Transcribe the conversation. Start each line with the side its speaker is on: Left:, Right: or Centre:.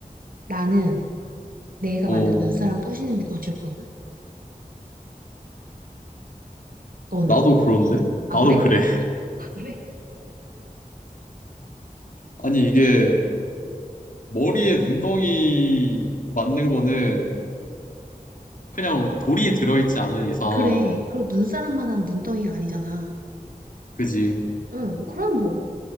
Right: 나는 내가
Left: 어
Right: 만든 눈사람 부시는 게 더 싫거든? 너는?
Left: 나도 그런데
Right: 아,
Left: 나도
Right: 그래?
Left: 그래 <laughs>
Right: 아, 그래?
Left: 아니 이게 머리에 눈덩이 맞는 거는 그냥 돌이 들어있지 않은 이상
Right: 그래. 그리고 눈사람만한 눈덩이가 아니잖아.
Left: 그지
Right: 응, 그럼 뭐.